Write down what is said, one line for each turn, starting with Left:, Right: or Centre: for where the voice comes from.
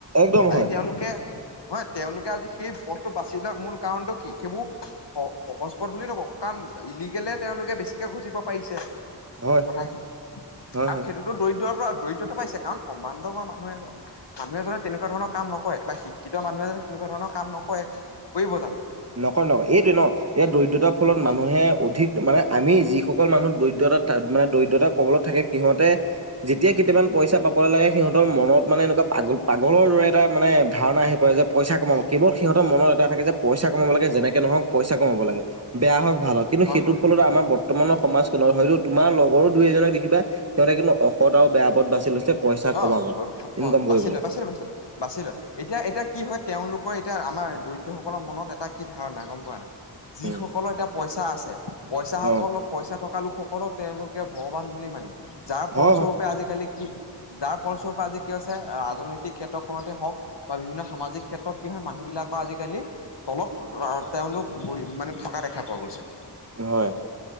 Right: একদম
Left: আজি
Right: হয়
Left: তেওঁলোকে হয় তেওঁলোকে আজি সেই পথটো বাচি লোৱা মূল কাৰণটো কি সেইবোৰ সহজ পথ বুলি নকওঁ কাৰণ ইলিগেলে তেওঁলোকে বেছিকে ঘটিব পাৰিছে।
Right: হয়
Left: কথাখিনি
Right: হয়
Left: আৰু
Right: হয়
Left: সেইটোতো দৰিদ্ৰৰ পৰা দৰিদ্ৰতা পাইছে কাৰণ সম্ভান্ধ হোৱা মানুহে মানুহ এজনে তেনেকুৱা ধৰণৰ কাম নকৰে বা শিক্ষিত মানুহেজনে তেনেকুৱা ধৰণৰ কাম নকৰে, কৰিব জানো?
Right: নকৰে, নকৰে এইটোৱে ন, এই দৰিদ্ৰতাৰ ফলত
Left: হয়
Right: মানুহে অধিক মানে আমি যিসকল মানুহ দৰিদ্ৰতা মানে দৰিদ্ৰতা কবলত থাকে সিহঁতে যেতিয়া কেইটামান পইচা পাবলৈ লাগে, সিহঁতৰ মনত মানে এনেকুৱা পাগল-পাগলৰ দৰে এটা মানে ধাৰণা আহি পৰে যে পইচা কমাব, কেৱল সিহঁৰ মনত এটা থাকে যে পইচা কমাব লাগে, যেনেকে নহওঁক পইচা কামাব লাগে, বেয়া হওঁক, ভাল হওঁক, কিন্তু
Left: হয়
Right: সেইটো
Left: হয়
Right: ফলত আমাৰ ব বৰ্তমানৰ সমাজখনত হয়তো তোমাৰ লগৰো দুই এজনক দেখিবা সিহঁতে কিন্তু অসদ আৰু বেয়া পথ বাচি লৈছে। পইচা কমাবলৈ
Left: অ,
Right: ইনকাম কৰিবলৈ
Left: বাচি লৈ, বাচি লৈ। বাছি লয়, এতিয়া-এতিয়া কি হয় তেওঁলোকৰ এতিয়া আমাৰ দৰিদ্ৰ সকলৰ মনত এটা কি ধাৰণা গম পোৱা নাই? যিসকলৰ
Right: উম
Left: এতিয়া পইচা আছে, পইচা সকলৰ
Right: অ
Left: পইচা থকা লোকসকলক, তেওঁলোকে ভগৱান বুলি মানে যাৰ ফলস্বৰূপে
Right: হয় হয়
Left: আজিকালি কি যাৰ ফলস্বৰূপে আজি কি হৈছে, ৰাজনৈতিক ক্ষেত্ৰখনতে হওঁক। বা বিভিন্ন সামাজিক ক্ষেত্ৰত কি হয় মানুহ বিলাকৰ আজিকালি তলত, তেওঁলোক বহি মানে থকা দেখা পোৱা গৈছে।
Right: হয়